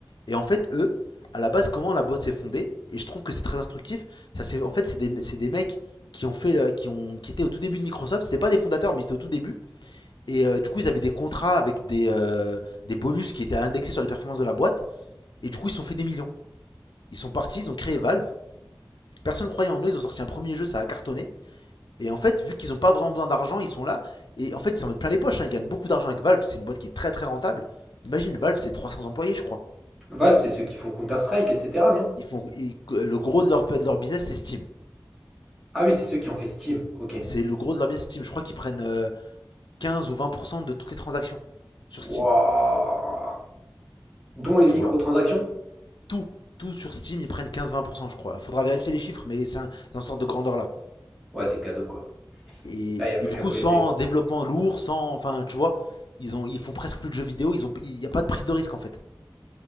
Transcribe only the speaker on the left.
Et en fait, eux, à la base, comment la boîte s'est fondée, et je trouve que c'est très instructif, ça c'est, en fait, c'est des, c'est des mecs qui ont fait, le- qui ont, qui étaient au tout début de Microsoft, c'était pas des fondateurs, mais c'était au tout début, et euh, du coup, ils avaient des contrats avec des, euh, des bonus qui étaient indexés sur les performances de la boîte, et du coup, ils se sont fait des millions. Ils sont partis, ils ont créé Valve, personne ne croyait en eux, ils ont sorti un premier jeu, ça a cartonné, Et en fait, vu qu'ils n'ont pas vraiment besoin d'argent, ils sont là. Et en fait, ils s'en mettent plein les poches. hein. Ils gagnent beaucoup d'argent avec Valve. C'est une boîte qui est très très rentable. Imagine, Valve, c'est 300 employés, je crois.
Ils font, ils- le gros de leur, de leur business, c'est Steam.
C'est le gros de leur business, Steam. Je crois qu'ils prennent euh, 15 ou 20% de toutes les transactions sur Steam.
Tu
vois, tout, tout sur Steam, ils prennent 15-20%, je crois. il Faudra vérifier les chiffres, mais c'est un, c'est sorte de grandeur là.
Et,
et
du
coup,
sans développement lourd, sans. Enfin, tu vois, ils, ont, ils font presque plus de jeux vidéo. Ils ont- Il n'y a pas de prise de risque en fait.